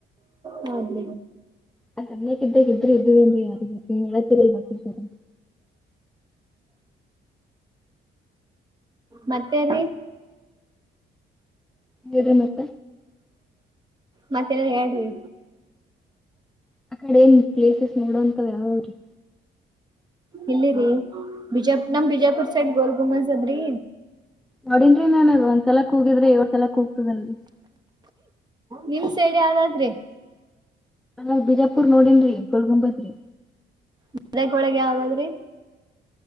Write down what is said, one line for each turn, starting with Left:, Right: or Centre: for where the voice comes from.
Right: ಅದ
Centre: ಆ ಸಣ್ಣಕ್ಕ ಇದ್ದಾಗ ಇದ್ರರು ಇದ್ದುವ ಅನ್ರು ಯಾರಿ ಬ ನೀ ಹೇಳತೀರಲ್ಲ ಬಾಕರ
Right: ಮತ್ತೆ ರ
Centre: ನೀರ ಮತ್ತ
Right: ಮತ್ತೆಲ್ಲ ಹೇಳೇಿ
Centre: ಆ ಕಡೆ ಏನ್ ಪ್ಲೇಸಸ್ ನೋಡೋ ಅಂತಾವ ಯಾವೀ
Right: ಇಲ್ಲಿರಿ ಬಿಜಾ ನಮ ಬಿಜಾಪುರ್ ಸೈಡ್ ಗೋಲ್ ಗುಮನ್ಸದ್ರಿ
Centre: ನೋಡನ್ರಿ ನಾನನ್ ಅ್ ಒಂದ್ಸಲ ಕೂಗಿದ್ರೆ ಏಡ್ ಸಲಕ್ ಕೂಗ್ತದನ್ರಿ
Right: ನಿಮ್ ಸೇಡ್ ಯಾವ್ದಾದ್ರಿ
Centre: ನಾಗ್ ಬಿಜಾಪುರ್ ನೋಡನ್ರಿ ಗೋಲ್ಗುಂಬತ್್ರಿ
Right: ಮದಕ್ಕ ಒಳಗೆ ಯಾವ್ದಾದ್ರಿ